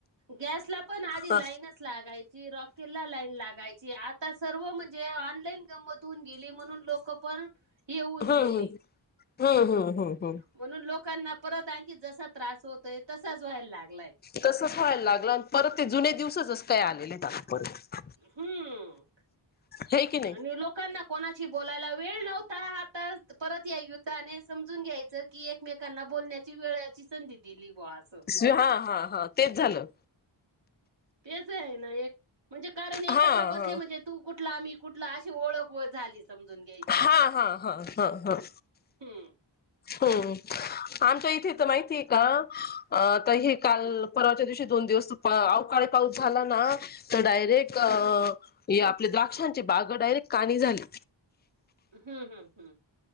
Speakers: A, on the right; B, on the left.
A: गॅस ला पण आधी
B: हा
A: लाईनच लागायची रॉक केलला लाईन लागायची, आता सर्व म्हणजे ऑनलाईन गंमत होऊन गेली म्हणून लोक पण येऊन
B: हम्म
A: गेले.
B: हम्म हम्म हम्म हम्म हम्म
A: म्हणून लोकांना परत आणखी जसा त्रास होतोय तसाच व्हायला लागलाय.
B: तसच व्हायला लागलं आणि परत ते जुने दिवसच जस काय आलेले. परत
A: हम्म
B: हे की नाही
A: आणि लोकांना कोणाशी बोलायला वेळ नव्हता, आता परत या युद्धाने समजून घ्यायचं की एक मेकांना बोलण्याची वेळची संधी दिली बुवा आसं
B: सी हा हा हा तेच झालं.
A: तेच आहे ना एक म्हणजे कारण एकत्र
B: हा
A: बसले
B: हा
A: म्हणजे तू कुठला, मी कुठला, अशी ओळख व झाली समजून घ्यायची.
B: हा हा हा हा ह.
A: हम्म.
B: हम्म आमच्या इथे तर माहितीय का आता हे काल
A: हम्म.
B: परवाच्या दिवशी दोन दिवस प अवकाळी पाऊस झाला ना तर डायरेक्ट
A: हं.
B: अ ही आपली द्राक्षांची बाग डायरेक्ट काणी झाली.
A: हम्म हम् हम्.